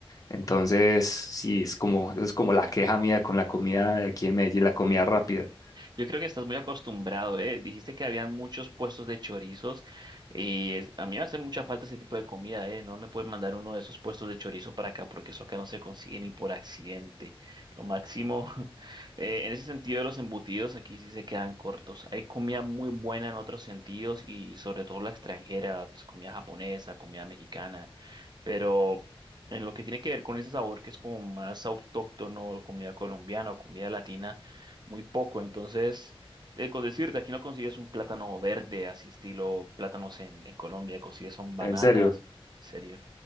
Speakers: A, on the left (about 35°); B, on the right (about 45°).
A: Entonces, sí, es como, es como la queja mía con la comida de aquí en Medellín, la comida rápida.
B: Yo creo que estás muy acostumbrado, ¿eh? Dijiste que habían muchos puestos de chorizos y es- a mí me hace mucha falta ese tipo de comida, ¿eh? No me pueden mandar uno de esos puestos de chorizo para acá porque eso acá no se consigue ni por accidente. Lo máximo, <laughs> eh, en ese sentido de los embutidos, aquí sí se quedan cortos. Hay comida muy buena en otros sentidos y sobre todo la extranjera, pues comida japonesa, comida mexicana. Pero en lo que tiene que ver con ese sabor que es como más autóctono, comida colombiana o comida latina, muy poco. Entonces, eh, con decirte, aquí no consigues un plátano verde, así estilo plátanos en, en Colombia, consigues son bananas,
A: En serio.
B: en serio,